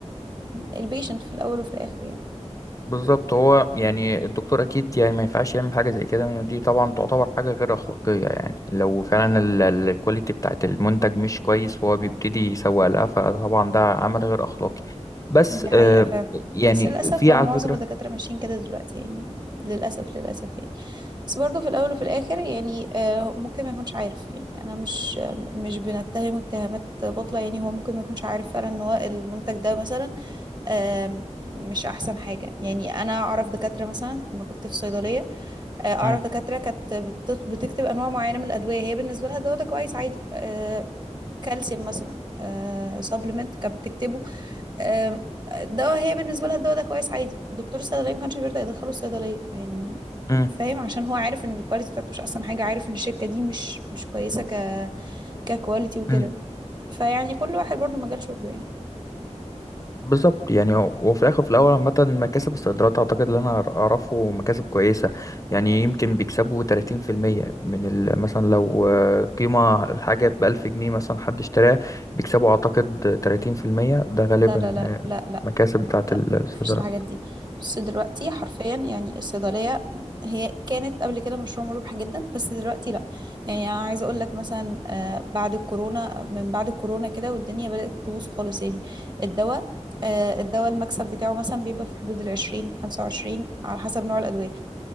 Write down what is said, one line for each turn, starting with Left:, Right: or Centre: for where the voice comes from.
Right: البيشنت في الاول وفي الاخر يعني
Left: بالظبط هو يعني الدكتور اكيد يعني ما ينفعش يعمل حاجة زي كده لأن دي طبعا تعتبر حاجة غير اخلاقية يعني لو فعلا ال- ال- الكواليتي بتاعت المنتج مش كويس وهو بيبتدي يسوق لها فطبعا ده عمل غير اخلاقي بس
Right: دي حقيقة
Left: آه،
Right: فعلا
Left: يعني
Right: بس للأسف
Left: في
Right: هو
Left: على
Right: معظم
Left: فكرة
Right: الدكاترة ماشيين كده دلوقتي يعني للأسف للأسف يعني بس برضه في الأول وفي الآخر يعني آه، ممكن ما يكونش عارف يعني أنا مش مش بنتهمه اتهامات باطلة يعني هو ممكن ما يكونش عارف فعلا إن هو المنتج ده مثلا آم، مش أحسن حاجة يعني أنا أعرف دكاترة مثلا لما كنت في صيدلية آه، أعرف
Left: مم،
Right: دكاترة كانت بت- بتكتب أنواع معينة من الأدوية هي بالنسبة لها الدواء ده كويس عادي آه، كالسيوم مثلا سبلمنت كانت بتكتبه آم، دواء هي بالنسبة لها الدواء ده كويس عادي الدكتور الصيدلية ما كانش بيرضى يدخله الصيدلية يعني
Left: مم،
Right: فاهم عشان هو عارف ان الكواليتي بتاعته مش احسن حاجة عارف ان الشركة دي مش مش كويسة ك ككواليتي وكده
Left: مم،
Right: فيعني كل واحد برضو مجال شغله يعني
Left: بالظبط يعني هو هو في الاخر في الاول عامه مكاسب الصادرات اعتقد اللي انا اعرفه مكاسب كويسه يعني يمكن بيكسبوا 30% من ال... مثلا لو آه، قيمه الحاجه ب 1000 جنيه مثلا حد اشتراها بيكسبوا اعتقد 30% ده غالبا
Right: لا لا لا
Left: آه،
Right: لا لا
Left: مكاسب
Right: ما-
Left: بتاعه
Right: لا
Left: الصادرات
Right: مفيش الحاجات دي بص دلوقتي حرفيا يعني الصيدلية هي كانت قبل كده مشروع مربح جدا بس دلوقتي لا يعني أنا عايزة أقول
Left: مم.
Right: لك مثلا آه، بعد الكورونا من بعد الكورونا كده والدنيا بدأت تبوظ خالص يعني الدواء آه، الدواء المكسب بتاعه مثلا بيبقى في حدود العشرين خمسة وعشرين على حسب نوع الأدوية